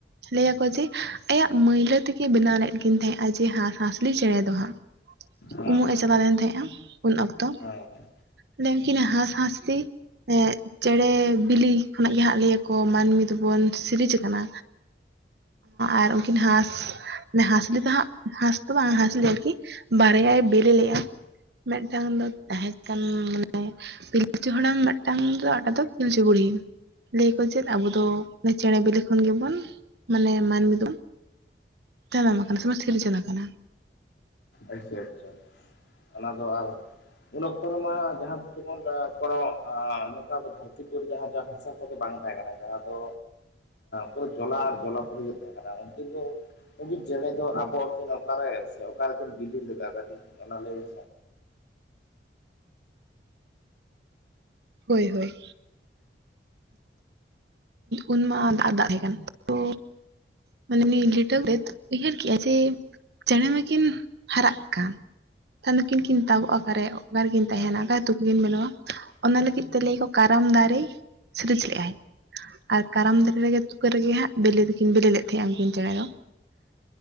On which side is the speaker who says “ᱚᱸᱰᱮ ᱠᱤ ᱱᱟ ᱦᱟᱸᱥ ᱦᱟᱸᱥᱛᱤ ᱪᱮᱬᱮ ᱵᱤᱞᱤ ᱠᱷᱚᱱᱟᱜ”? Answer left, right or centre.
Right